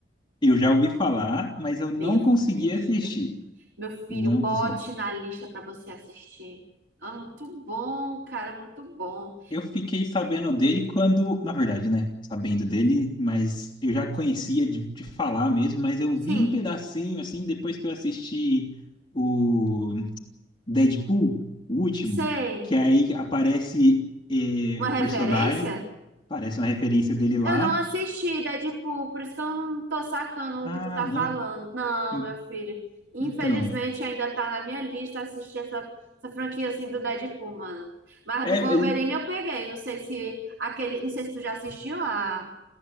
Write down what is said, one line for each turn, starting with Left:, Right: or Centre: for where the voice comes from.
Left: eu já ouvi falar, mas eu não
Right: Meu
Left: consegui
Right: filho.
Left: assistir.
Right: Meu filho,
Left: Não
Right: bote
Left: consegui.
Right: na lista pra você assistir. É muito bom, cara, muito bom.
Left: Eu fiquei sabendo dele quando, na verdade, né? Sabendo dele, mas eu já conhecia de, de falar mesmo, mas eu
Right: Sim,
Left: vi um pedacinho assim depois que eu assisti o Deadpool, o último,
Right: sei.
Left: que aí aparece eh,
Right: Uma
Left: o
Right: referência?
Left: personagem, aparece uma referência dele lá.
Right: Eu não assisti, Deadpool, por isso que eu não tô sacando
Left: Ah,
Right: o que tu tá falando.
Left: não.
Right: Não,
Left: en-
Right: meu filho. Infelizmente
Left: Então,
Right: ainda tá na minha lista assistir essa, essa franquia assim do Deadpool, mano. Mas
Left: é,
Right: do Wolverine
Left: ele-
Right: eu peguei. Não sei se aquele. Não sei se tu já assistiu a,